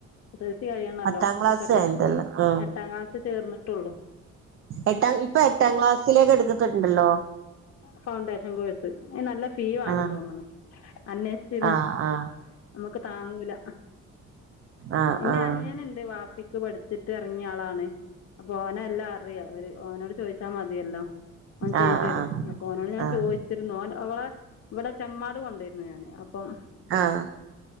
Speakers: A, on the left; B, on the right.
A: എസൽസി കഴിയണല്ലോ
B: പത്താം
A: <unintelligible>
B: ക്ലാസ് കഴിഞ്ഞിട്ടല്ലേ
A: എ
B: ആഹ്
A: എട്ടാ ക്ലാസ്സ് ചേർന്നെട്ടുള്ളു
B: എട്ടാം ഇപ്പൊ എട്ടാം ക്ലാസ്സിലേക്ക് എടുക്കത്തിണ്ടല്ലോ
A: ഫൗണ്ടേഷൻ കോഴ്സ് അയിന് നല്ല ഫീവാണം
B: ആഹ്
A: തോന്ന്ന്ന് അന്വേ ച്ച്‌രുന്നു
B: ആഹ് ആഹ്
A: നമ്മക്ക് താങ്ങൂല
B: ആഹ്
A: ഇന്റനിയന്ണ്ട്
B: ആഹ്
A: വാഫി ക്ക് പഠിച്ചിട്ടെറങ്ങിയ ആളാണ് അപ്പൊ ഓനെല്ലറിയ ഒരു ഓനോട് ചോയിച്ച മതിയെല്ലോ അവൻ
B: ആഹ്
A: ചെയ്തരും
B: ആഹ് ആഹ്
A: അപ്പൊ ഓനോട് ഞാൻ
B: ആഹ് ആഹ്
A: ചോയ്ച്ചിരുന്നു അവൻ അവളെ ഇവടെ ചെമ്മാ ത്ത് കൊണ്ടേര്ന്ന് ഞാന് അപ്പം
B: ആഹ്.